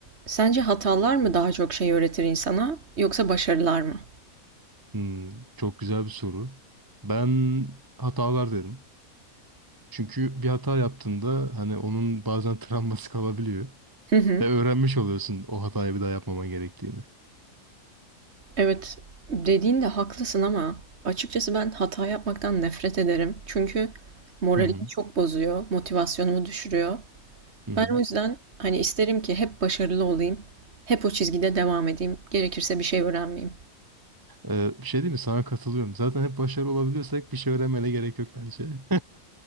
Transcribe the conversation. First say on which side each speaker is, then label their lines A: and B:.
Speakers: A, on the right (about 50°); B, on the right (about 15°).
A: Sence hatalar mı daha çok şey öğretir insana yoksa başarılar mı?
B: Hmm, çok güzel bir soru. Ben hatalar derim. Çünkü bir hata yaptığında hani onun bazen <laughs> travması kalabiliyor.
A: Hı hı.
B: Ve öğrenmiş oluyorsun o hatayı bir daha yapmama gerektiğini.
A: Evet, dediğinde haklısın ama açıkçası ben hata yapmaktan nefret ederim. Çünkü moralimi
B: Hı hı.
A: çok bozuyor, motivasyonumu düşürüyor.
B: Hı hı.
A: Ben o yüzden hani isterim ki hep başarılı olayım, hep o çizgide devam edeyim, gerekirse bir şey öğrenmeyeyim.
B: Ee, bir şey değil mi? Sana katılıyorum. Zaten hep başarılı olabiliyorsak bir şey öğrenmene gerek yok bence. <laughs>